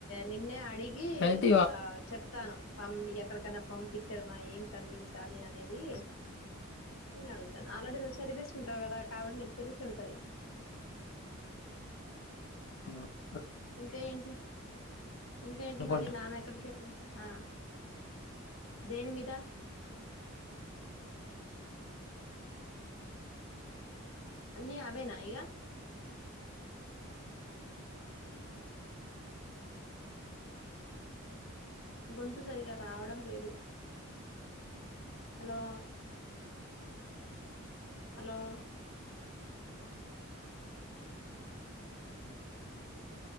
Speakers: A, on the left; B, on the left.
A: నిన్నే అడిగి
B: అయితే ఇవా
A: ఆ చెప్తాను పంపి ఎక్కడికన్నా పంపించాడు మా ఏం చదివించాలి అనేది నేను అడుగుతాను ఆల్రెడీ నువ్వు చదివేస్తుంటావు కదా కాబట్టి నీకు తెలిసి ఉంటది
B: నాక్
A: ఇంకా ఏంటి ఇంకా ఏంటి
B: అనుకుంటున్నాను.
A: మరి నానెక్కడికి ఆ దేని మీద అన్నీ అవేనా ఇగ గొంతు సరిగా రావడం లేదు హలో హలో